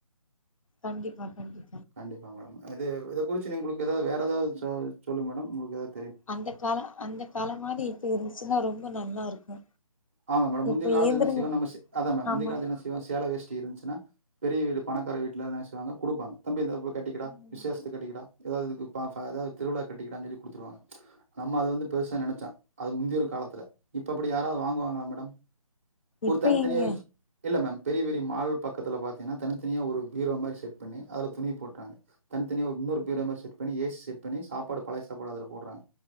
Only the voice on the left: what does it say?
கண்டிப்பா கண்டிப்
அந்த கால அந்த காலம் மாரி இப்பியு இருச் ச்சினா ரொம்ப நல்லா இருக்கு
இப்ப
இயந்திரங்க
ஆமா
ம்.
இப்ப
எங்க